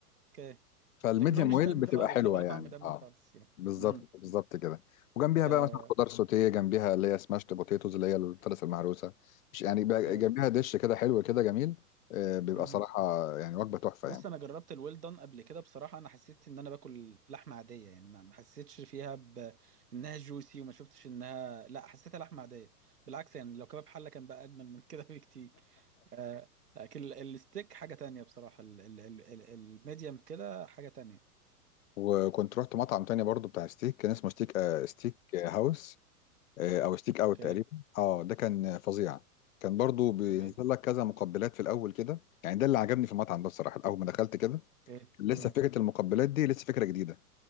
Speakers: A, on the right; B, on the left.
A: اوكي
B: فالميديوم
A: لكن هو مش
B: ويل
A: دم
B: بتبقى
A: خالص
B: حلوة
A: يعني ولا
B: يعني
A: طعم دم
B: اه
A: خالص يعني
B: بالظبط
A: مهم.
B: بالظبط كده وجنبيها
A: آه،
B: بقى مثلا خضار سوتيه جنبيها اللي هي سماشت بوتيتوز اللي هي الفلس المهروسه مش يعني بقى
A: اوكي
B: جنبيها دش كده حلو كده جميل آه، بيبقى
A: مهم.
B: صراحه يعني وجبه تحفه
A: بص
B: يعني
A: انا جربت الويل دون قبل كده بصراحه انا حسيت ان انا باكل لحمه عاديه يعني ما ما حسيتش فيها بانها جوسي وما شفتش انها لا حسيتها لحمه عاديه بالعكس يعني لو كباب حله كان بقى اجمل من كده <laughs> بكتير آه، لكن ال- الستيك حاجه تانية بصراحه ال- ال- ال- ال- الميديم كده حاجه تانية
B: وكنت رحت مطعم تاني برضو بتاع ستيك كان اسمه ستيك آه ستيك هاوس آه، او ستيك اوت
A: اوكي
B: تقريبا اه ده كان فظيع كان برضو بينزل
A: تمام
B: لك كذا مقبلات في الاول كده يعني ده اللي عجبني في المطعم ده بصراحه اول ما دخلت كده
A: ايه
B: كان لسه
A: مم.
B: فكره المقبلات دي لسه فكره جديده